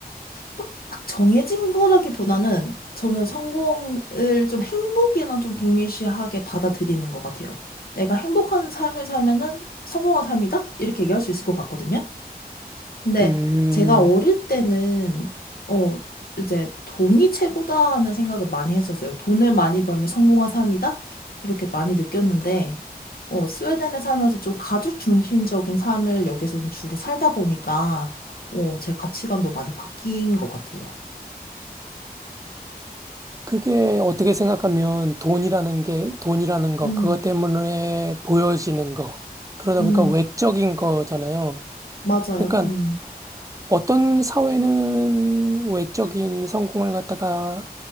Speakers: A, on the left; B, on the right.
A: 딱 딱 정해진 거라기보다는 저는 성공을 좀 행복이랑 좀 동일시하게 받아들이는 것 같아요. 내가 행복한 삶을 살면은 성공한 삶이다? 이렇게 얘기할 수 있을 것 같거든요. 근데
B: 음,
A: 제가 어릴 때는 어 이제 돈이 최고다 하는 생각을 많이 했었어요. 돈을 많이 벌면 성공한 삶이다 이렇게 많이 느꼈는데 어 스웨덴에 살면서 좀 가족 중심적인 삶을 여기서는 주로 살다 보니까 어제 가치관도 많이 바뀐 것 같아요.
B: 그게 어떻게 생각하면 돈이라는 게 돈이라는 거,
A: 음,
B: 그것 때문에 보여지는 거, 그러다
A: 음,
B: 보니까 외적인 거잖아요.
A: 맞아요.
B: 그러니까
A: 음,
B: 어떤 사회는 외적인 성공을 갖다가